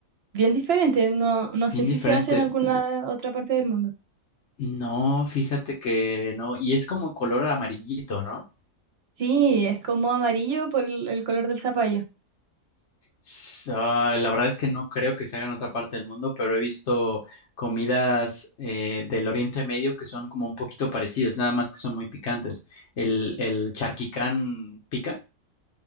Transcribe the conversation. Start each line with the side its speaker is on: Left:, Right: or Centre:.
Right: bien diferente, no, no sé
Left: Bien
Right: si
Left: diferente.
Right: se hace en alguna otra parte del mundo.
Left: No, fíjate que no. Y es como color amarillito, ¿no?
Right: Sí, es como amarillo por el, el color del zapallo.
Left: S- ah, la verdad es que no creo que se haga en otra parte del mundo, pero he visto comidas eh, del Oriente Medio que son como un poquito parecidas, nada más que son muy picantes. ¿El, el charquicán pica?